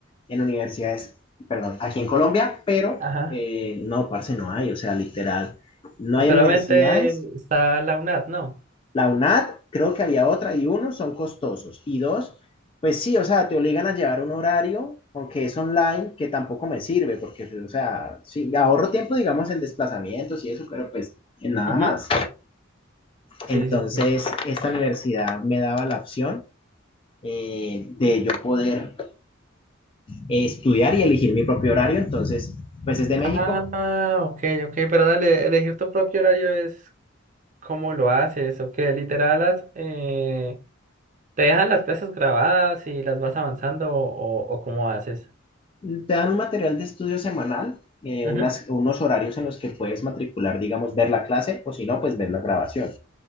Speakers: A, on the left; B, on the right.
A: en universidades, perdón, aquí en Colombia, pero
B: Ajá.
A: eh, no, parce, no hay, o sea, literal, no hay
B: Solamente
A: universidades
B: está la UNAD, ¿no?
A: la UNAD, creo que había otra, y uno, son costosos. Y dos, pues sí, o sea, te obligan a llevar un horario, aunque es online, que tampoco me sirve, porque, o sea, sí, ahorro tiempo, digamos, en desplazamientos y eso, pero pues en nada
B: Ujú,
A: más.
B: Sí,
A: Entonces,
B: sí, sí.
A: esta universidad me daba la opción eh, de yo poder eh, estudiar y elegir mi propio horario. Entonces, pues desde México
B: Ah, ok, ok, pero dale, elegir tu propio horario es ¿Cómo lo haces? ¿O qué? Literal, las, eh, ¿te dejan las clases grabadas y las vas avanzando o, o cómo haces?
A: te dan un material de estudio semanal, eh,
B: Ujú.
A: unas, unos horarios en los que puedes matricular, digamos, ver la clase o si no, pues ver la grabación.